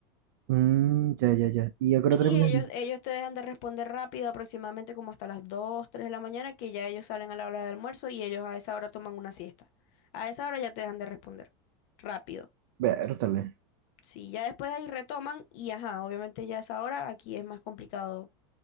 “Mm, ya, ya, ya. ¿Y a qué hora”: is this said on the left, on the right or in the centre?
Right